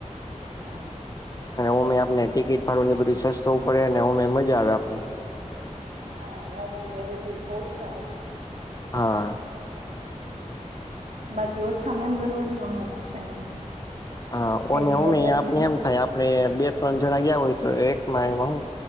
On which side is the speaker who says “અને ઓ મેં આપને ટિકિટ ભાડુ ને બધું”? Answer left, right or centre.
Left